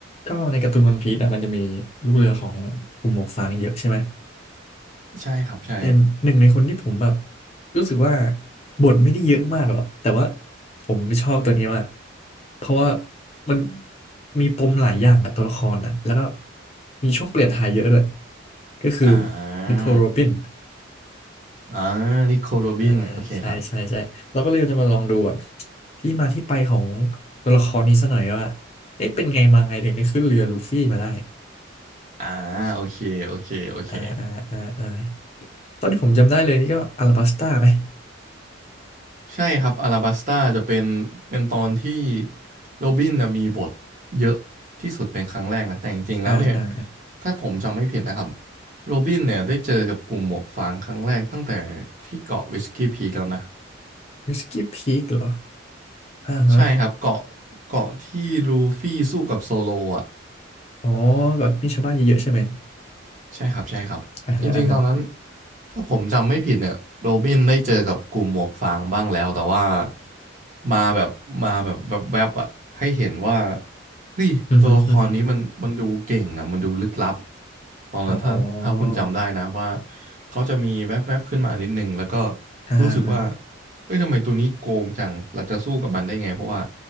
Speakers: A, on the left (about 30°); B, on the right (about 40°).
A: ก็ในการ์ตูนวันพีซนะมันจะมีลูกเรือของกลุ่มหมวกฟางเยอะใช่ไหม
B: ใช่ครับใช่
A: แต่หนึ่งในคนที่ผมแบบรู้สึกว่าบทไม่ได้เยอะมากหรอกแต่ว่าผมชอบตัวนี้มากเพราะว่ามันมีปมหลายอย่างอะตัวละครนะแล้วก็มีช่วงเปลี่ยนถ่ายเยอะด้วยก็คือ
B: อ่า
A: นิโคลโรบิน
B: อ่านิโคโรบินโอเคครับ
A: อ่าใช่ใช่ใช่เราก็เลยจะมาลองดูแบบที่มาที่ไปของตัวละครนี้ซะหน่อยว่าเอ๊ะเป็นไงมาไงถึงได้ขึ้นเรือลูฟี่มาได้
B: อ่าโอเคโอเคโอเค
A: อ่าอ่าอ่าอ่า ตอนที่ผมจำได้เลยนี่ก็อาราบัสต้าไหม
B: ใช่ครับอาราบัสตาจะเป็นเป็นตอนที่โรบินน่ะมีบทเยอะที่สุดเป็นครั้งแรกนะแต่จริงๆแล้วเนี่ย
A: อ่าอ่า
B: ถ้าผมจำไม่ผิดนะครับโรบินเนี่ยได้เจอกับกลุ่มหมวกฟางครั้งแรกตั้งแต่ที่เกาะวิสกี้พีคแล้วนะ
A: วิสกี้พีคเหรออ่าฮะ
B: ใช่ครับเกาะเกาะที่ลูฟี่สู้กับโซโลอ่ะ
A: อ๋อก็มีชาวบ้านเยอะๆใช่ไหม
B: ใช่ครับใช่ครับจริงๆตอนนั้น
A: อ่าฮะอ่าฮะ
B: ถ้าผมจำไม่ผิดเนี่ยโรบินได้เจอกับกลุ่มหมวกฟางบ้างแล้วแต่ว่ามาแบบมาแบบแวบๆอะให้เห็นว่าเฮ้ยตัวละครนี้มันมันดูเก่งอะมันดูลึกลับ
A: อือฮึอือฮึ
B: ตอนนั้นถ้าถ้าคุณจำได้นะว่า
A: อ๋อ
B: เขาจะมีแวบๆขึ้นมานิดนึงแล้วก็
A: อ่าอ่า
B: รู้สึกว่าเฮ้ยทำไมตัวนี้โกงจังเราจะสู้กับมันได้ไงเพราะว่า